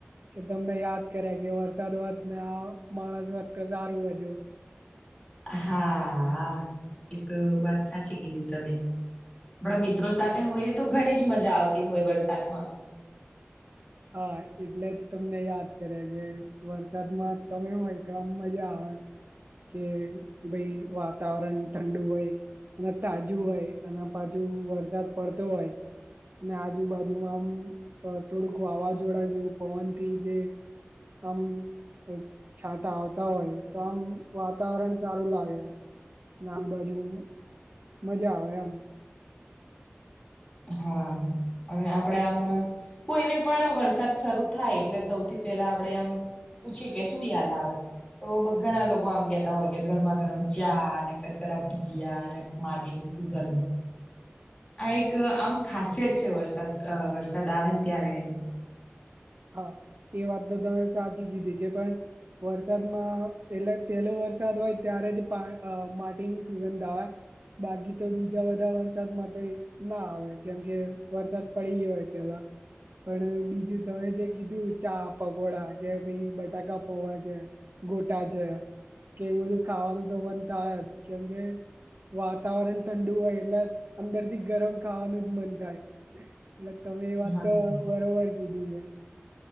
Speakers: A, on the right; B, on the left.
A: કે તમને યાદ કર્યા કે વરસાદ વધ ને આ માણસ વધતા સારું વધ્યું.
B: હા એતો વાત સાચી કીધી તમે. આપણા મિત્રો સાથે હોઈએ તો ઘણી જ મજા આવતી હોય વરસાદમાં.
A: હા એટલે જ તમને યાદ કર્યા કે વરસાદમાં તમે હોય ગમ મજા આવે કે ભઈ વાતાવરણ ઠંડુ હોય અને તાજું હોય અને પાછું વરસાદ પડતો હોય અને આજુબાજુમાં આમ થોડુંક વાવાઝોડા જેવું પવનથી જે હમ. છાંટા આવતા હોય તો આમ વાતાવરણ સારું લાગે. નાબદાજુ મજા આવે એમ.
B: હા અને આપડે આમ કોઈને પણ વરસાદ શરૂ થાય એટલે સૌથી પેલા આપડે આમ પૂછે કે શું યાદ આવે. તો ઘણા લોકો આમ કેતા હોય કે ગરમા ગરમ ચા અને ક ખરાબ ભજીયાને માટી સુગંધ આ એક એક આમ ખાસિયત છે વરસાદ વરસાદ આવે ને ત્યારે એની.
A: હા એ વાત તો તમે સાચી કીધી કે પણ વરસાદમાં એટલે પેલો વરસાદ હોય ત્યારે જ પા માટીની સુગંધા આવે બાકી તો બીજા બધા વરસાદ માટે ના આવે કેમકે વરસાદ પડી ગયો હોય પેલા. પણ બીજું તમે જે કીધું ચા પગોડા કે ભાઈ બટાકા પોવા જે ગોટા છે કે એવું બધું ખાવાનું તો બનતાાય જ કેમકે વાતાવરણ ઠંડુ એટલે અંદર થી ગરમ ખાવાનું જ મન થાય. એટલે તમે એ વાત
B: હા
A: તો બરોબર કીધી છે.